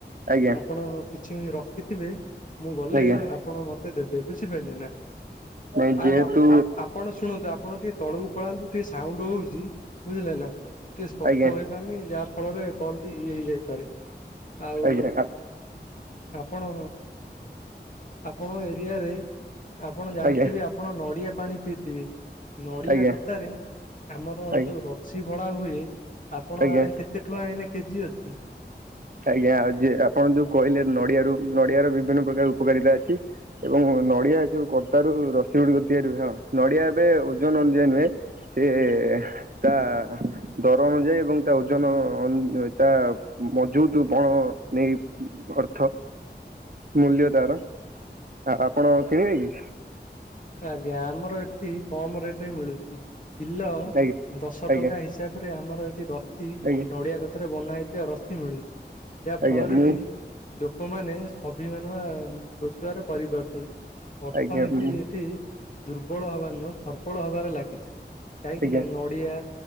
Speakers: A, on the right; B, on the left.
A: ଆଜ୍ଞା
B: ଆପଣ କିଛି ବି ରଖିଥିବେ ମୁଁ ଗଲେ
A: ଆଜ୍ଞା
B: ଆପଣ ମତ ଦେବେ ବୁଝି ପାଇଲେ ନା?
A: ନାଇଁ
B: ଆଉ
A: ଯେହେତୁ
B: ଆପ ଆପ୍ ଆପଣ ଶୁଣନ୍ତୁ ଆପଣ ଟିକେ ତଳକୁ ପଳାନ୍ତୁ ଟିକେ ସାଉଣ୍ଡ ହୋଉଚି। ବୁଝିଲେ ନା ଟିକେ ସ୍ପଷ୍ଟ
A: ଆଜ୍ଞା
B: ହୋଇପା ରୁନି। ଯାହା ଫଳରେ କଲଟି ଇଏ ହେଇଯାଇପାରେ। ଆଉ
A: ଆଜ୍ଞା
B: ଆପଣ ଆପଣ ଏରିଆରେ ଆପଣ ଜାଣିଥିବେ
A: ଆଜ୍ଞା
B: ଆପ ଆପଣ ନଡିଆ ପାଣି ପିଇଥିବେ। ନଡିଆ
A: ଆଜ୍ଞା
B: କତାରେ ଆମର
A: ଆଜ୍ଞା
B: ଯୋଉ ର ସି ଭଳା ହୁଏ ଆପଣ
A: ଆଜ୍ଞା
B: ଆଡେ କେତେ ଟଙ୍କା ଏଇନା କେଜି ଅଛି?
A: ଆଜ୍ଞା ଆଉ ଯେ ଆପଣ ଯୋଉ କହିଲେ ନଡିଆରୁ ନଡିଆ ର ବିଭିନ୍ନ ପ୍ରକାର ଉପକାରିତା ଅଛି। ଏବଂ ନଡିଆ ଯୋଉ କର୍ତ୍ତାରୁ ରସି ଗୁଡିକ ତିଆରି ହୁଏ। ହଁ ନଡିଆ ଏବେ
B: ହୁଁ
A: ଓଜନ ଅନୁଯାୟୀ ନୁହେଁ। ସେ ତା ଦର ଅନୁଯାୟୀ ଏବଂ ତା ଓଜନ ତା ମ ଯୋଉ ତୁ କଣ ନେଇ ଅର୍ଥ ମୂଲ୍ୟ ତାର। ଆ ଆପଣ କିଣିବେ କି?
B: ଆଜ୍ଞା ଆମର ଏଠି କମ ରେଟରେ ମିଳୁଛି କିଲ
A: ଆଜ୍ଞା
B: ଦଶ
A: ଆଜ୍ଞା
B: ଟଙ୍କା ହିସା ହିସାବରେ ଆମର ଏଠି ରସି
A: ଆଜ୍ଞା
B: ନଡିଆ କତାରେ ବନା ହେଇଥିବା ରସି ମିଳୁଛି। ଯାହା
A: ଆଜ୍ଞା
B: ଫଳରେ
A: ମୁଁ
B: କି ଲୋକମାନେ ସ୍ଵଭିମାନ ବା ରୋଜଗାର କରିପାରୁଛନ୍ତି। ଅର୍ଥନୀତି
A: ଆଜ୍ଞା ମୁଁ
B: ଏଠି ଦୁର୍ବଳ ହବା ନୁହଁ ସର୍ବଳ ହବାରେ ଲାଗିଛି। କାହିଁକି
A: ଆଜ୍ଞା
B: ନା
A: ଆଜ୍ଞା
B: ନଡିଆ,